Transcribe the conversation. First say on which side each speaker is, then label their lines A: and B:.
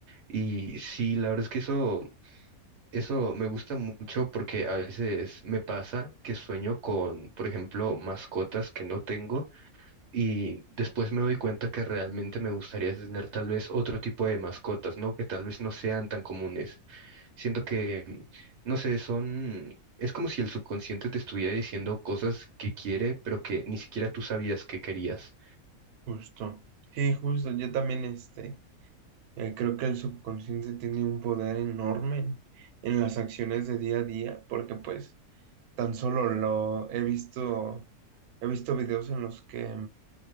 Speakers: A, on the right; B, on the right.
A: Y sí, la verdad es que eso... Eso me gusta mucho porque a veces me pasa que sueño con, por ejemplo, mascotas que no tengo y después me doy cuenta que realmente me gustaría tener tal vez otro tipo de mascotas, ¿no? Que tal vez no sean tan comunes. Siento que, no sé, son... Es como si el subconsciente te estuviera diciendo cosas que quiere, pero que ni siquiera tú sabías que querías.
B: Justo. Sí, justo. Yo también este, eh, creo que el subconsciente tiene un poder enorme en, en las acciones de día a día, porque pues tan solo lo he visto, he visto videos en los que...